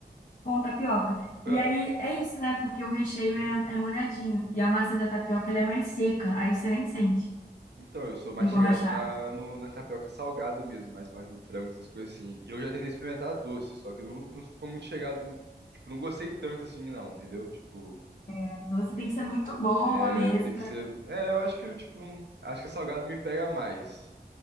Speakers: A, on the left; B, on the right.
A: com tapioca.
B: Ah,
A: E aí é isso, né? Porque o recheio
B: uhum.
A: é, é molhadinho e a massa da tapioca ela é mais seca, aí você nem sente
B: Então, eu sou mais
A: emborrachado.
B: chegado na, no- na tapioca salgada mesmo, mais parte do frango, essas coisas assim. Eu já tentei experimentar a doce, só que não, não ficou muito chegado. não- Tipo, não gostei tanto assim, não, entendeu? Tipo,
A: A doce tem que ser muito boa
B: é,
A: mesmo
B: tem que
A: para
B: ser. É, eu acho que eu, tipo, acho que salgado me pega mais